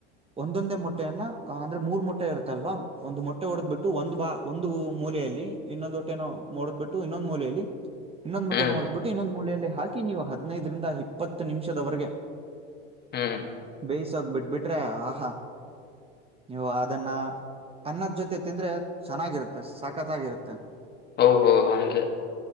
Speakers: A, on the right; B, on the left.
A: ಒಂದೊಂದೇ ಮೊಟ್ಟೆಯನ್ನ ಅಂದ್ರೆ ಮೂರ್ ಮೊಟ್ಟೆ ಇರುತ್ತಲ್ವಾ ಒಂದಂದು ಮೊಟ್ಟೆ ಹೊಡೆದ್ ಬಿಿಟ್ಟು ಒಂದು ಬಾ ಒಂದು ಮೂಲೆಯಲ್ಲಿ ಇನ್ನೊಂದು ಹೊಟ್ಟೆ ನೋಡದ್ ಬಿಟ್ಟು ಇನ್ನೊಂದ್ ಮೂಲೆಯಲ್ಲಿ ಇನ್ನೊಂದ್ ಹೊಟ್ಟೆ
B: ಹ್ಮ್
A: ನೋಡದ್ ಬಿಟ್ಟು ಇನ್ನೊಂದ ಮೂಲೆಯಲ್ಲಿ ಹಾಕಿ ಹಾಕಿ ನೀವು ಹದಿನೈದರಿಂದ ಇಪ್ಪತ್ತು ನಿಮಿಷದವರೆಗೆ
B: ಹ್ಮ್
A: ಬೇಯಿಸ ಹೋಗ ಬಿಟ್ಬಿಟ್ರೆ ಆ ಹಾ ನೀವು ಅದನ್ನ ಅನ್ನದ್ ಜೊತೆ ತಿಂದ್ರೆ ಚೆನ್ನಾಗಿರುತ್ತೆ ಸಕತಗಿರುತ್ತೆ
B: ಓಹೋ ಹಗೆ